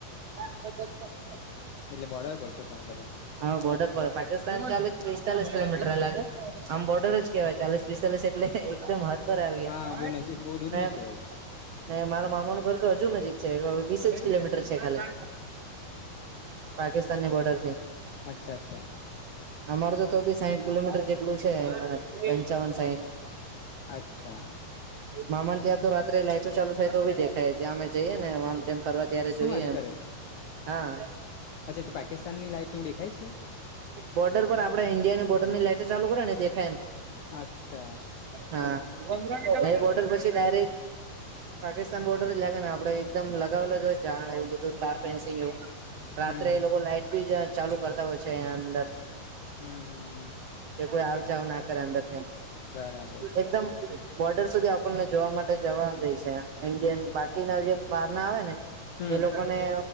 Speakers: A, on the right; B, on the left.
A: <unintelligible>
B: એલે બોડર બળસ ત ને
A: હા બોર્ડર પાકિસ્તાન ચાલે પિસ્તાલીસ કિલોમીટર અ લાગે આમ બોર્ડર જ કેવાય ચાલે ચાલીશ પિસ્તાલીશ એટલે એકદમ હ ઉપર આવ્યા
B: હા બહુ નજીક બહુ દૂર નહી કેવાય
A: ને મારા મામાનું ઘર તો હજુ નજીક છે વીસજ કિલોમીટર છે ખાલી પાકિસ્તાનની બોર્ડર થી
B: અચ્છા અચ્છા
A: અમાર તો તો બી સાઈઠ કિલોમીટર જેટલું છે. પંચાવન સાહેઠ
B: અચ્છા
A: મામા ત્યાં તો રાત્રે લાઈટો ચાલુ થાય તો બી દેખાય ત્યાં અમે જઈએ ને આમ તેમ ફરવા અત્યારે
B: શું
A: જોઈએ
B: વાત
A: એમ
B: કરે
A: હા
B: અચ્છા તો પાકિસ્તાનની લાઈટ નનું દેખાય છે.
A: બોર્ડર પર આપડે ઇન્ડિયાની બોર્ડર ની લેટ ચાલુ કરે ને દેખાય એમ
B: અચ્છા
A: હા
B: બરાબર
A: એ બોડર પછી ડાયરેક્ટ પાકિસ્તાન બોર્ડર જ લાગે ને આપડ એકદમ લગાવે જોય જાણે એવું બધું કારપેન્સીગ એવું રાત્રે
B: હમ હમ
A: એ લોકો લાઈટ બી જ ચાલુ કરતા હોય છે એ અંદર
B: હમ હમ હમ
A: એ કોઈ આવજાવ ના કરે અંદર
B: બરાબર
A: એકદમ બોર્ડર સુધી આપણને જોવા માટે જવા દે છે ઈન્ડિયન બાકીના જે બહાર ના આવે ને
B: હમ
A: એ લોકો ને